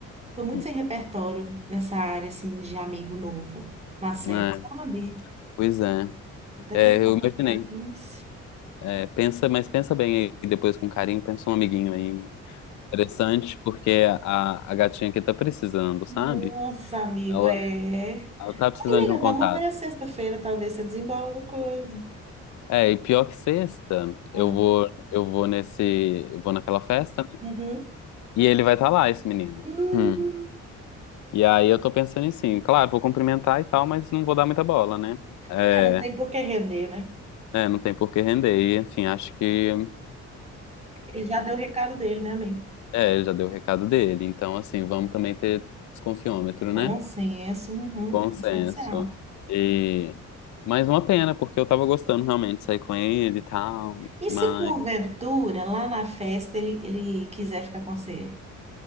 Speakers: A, on the right (about 20°); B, on the left (about 70°).
A: Tô muito
B: hum,
A: sem repertório nessa área, assim, de amigo novo. Nascendo,
B: é,
A: sabe?
B: pois é.
A: Até
B: É,
A: tem vontade,
B: eu imaginei.
A: mas...
B: É, pensa, mas pensa bem aí, depois com carinho, pensa um amiguinho aí. Interessante, porque a, a gatinha aqui tá precisando, sabe?
A: Nossa, amigo,
B: Ela,
A: é...
B: ela tá precisando
A: Ai, melhor,
B: de um contato.
A: vamos ver a sexta-feira, talvez você desembola alguma coisa.
B: É, e pior que sexta,
A: Ah,
B: eu vou, eu vou nesse, eu vou naquela festa, né?
A: uhum.
B: E ele vai estar lá, esse menino.
A: Hum,
B: Hum, E aí eu tô pensando em sim, claro, vou cumprimentar e tal, mas não vou dar muita bola, né? É,
A: É, não tem por que render, né?
B: é, não tem por que render. E, enfim, acho que
A: Ele já deu o recado dele, né, amigo?
B: é, ele já deu o recado dele. Então, assim, vamos também ter desconfiômetro,
A: Bom
B: né?
A: senso, uhum,
B: Bom senso.
A: essencial.
B: E mas uma pena, porque eu tava gostando realmente de sair com ele e tal,
A: E
B: mas
A: se porventura, lá na festa, ele, ele quiser ficar com você?